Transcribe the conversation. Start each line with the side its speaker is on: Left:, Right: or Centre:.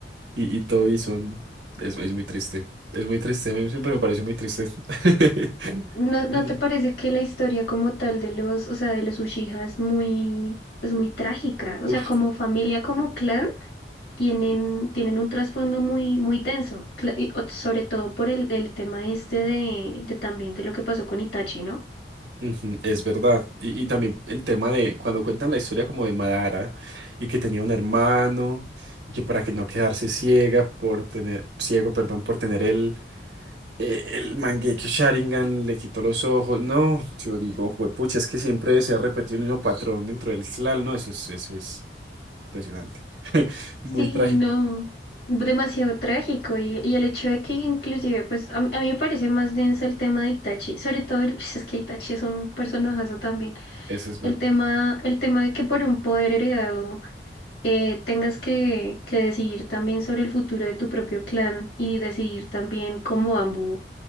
Right: y, y Tobi son... Es, es muy triste. Es muy triste. A mí siempre me pareció muy triste. <laughs>
Left: ¿No, no
Right: Y no.
Left: te parece que la historia como tal de los, o sea, de los Uchiha es muy, es muy trágica? O
Right: Uf.
Left: sea, como familia, como clan, tienen, tienen un trasfondo muy, muy denso, Cla- y o- sobre todo por el, el tema este de, de también de lo que pasó con Itachi, ¿no?
Right: Ujú, Es verdad. Y, y también el tema de cuando cuentan la historia como de Madara y que tenía un hermano y que para que no quedarse ciega por tener, ciego, perdón, por tener el, eh, el Mangekyo Sharingan le quitó los ojos. No, yo digo, juepucha, es que siempre se ha repetido el mismo patrón dentro del clan, ¿no? Eso es, eso es impresionante. <laughs> Muy
Left: Sí,
Right: trágico.
Left: no, demasiado trágico y, y el hecho de que inclusive, pues a, mí a mí me parece más denso el tema de Itachi, sobre todo el- <laughs> es que Itachi es un personajazo también,
Right: Eso es verdad.
Left: el tema, el tema de que por un poder heredado eh, tengas que, que decidir también sobre el futuro de tu propio clan y decidir también como Ambu